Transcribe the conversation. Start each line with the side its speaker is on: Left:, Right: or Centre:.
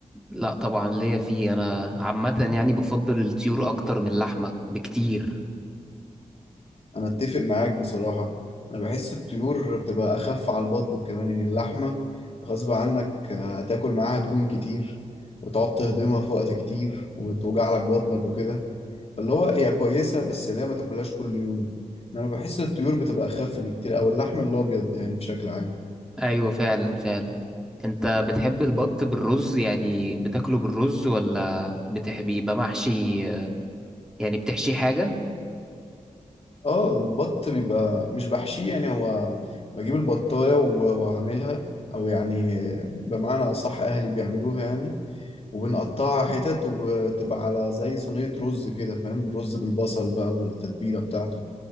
Centre: لا طبعا ليا فيه أنا عامة يعني بفضل الطيور أكتر من اللحمة بكتير
Left: انا اتفق معاك بصراحة انا بحس الطيور بتبقى اخف على البطن كمان ان اللحمة غصب عنك هتاكل معاها دهون كتير وتقعد تهضمها في وقت كتير وتوجع لك بطنك وكده فاللي هو هي كويسة بس اللي هي ما تاكلهاش كل يوم انما بحس الطيور بتبقى اخف بكتير او اللحم الابيض يعني بشكل عام
Centre: أيوة فعلا فعلا أنت بتحب البط بالرز يعني بتاكله بالرز ولا بتحب يبقى محشي يعني بتحشيه حاجة؟
Left: اه البط بيبقى مش بحشيه يعني هو بجيب البطاية و- واعملها او يعني بمعنى اصح اهلي بيعملوها يعني وبنقطعها حتت وتبقى على زي صينية رز كده فاهم رز بالبصل بقى والتتبيلة بتاعته